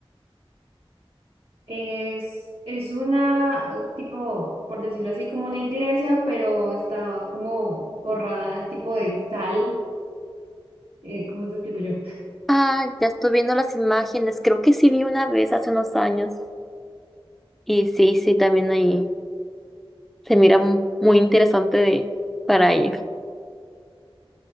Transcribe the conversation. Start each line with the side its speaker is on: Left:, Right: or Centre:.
Right: Es, es una, eh, tipo, por decirlo así, como una iglesia, pero está como forrada tipo de sal. Eh, ¿cómo te explico yo?
Centre: Ah, ya estoy viendo las imágenes. Creo que sí vi una vez hace unos años. Y sí, sí, también ahí se mira mu- muy interesante de, para ir.